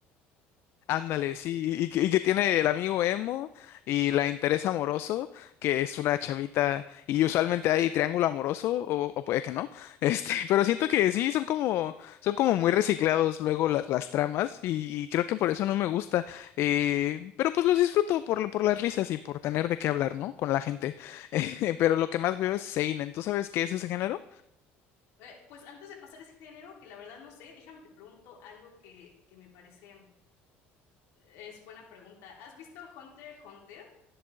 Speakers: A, on the left; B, on the left.
A: Ándale, sí, y, que y que tiene el amigo emo y la interés amoroso, que es una chavita, y usualmente hay triángulo amoroso, o, o puede que no, este, <laughs> pero siento que sí, son como, son como muy reciclados luego las, las tramas, y, y creo que por eso no me gusta, eh, pero pues los disfruto por, por las risas y por tener de qué hablar, ¿no? Con la gente, <laughs> eh, pero lo que más veo es Seinen, ¿tú sabes qué es ese género?
B: Eh, pues antes de pasar ese género, que la verdad no sé, déjame te pregunto algo que, que me parece es buena pregunta. ¿Has visto Hunter x Hunter?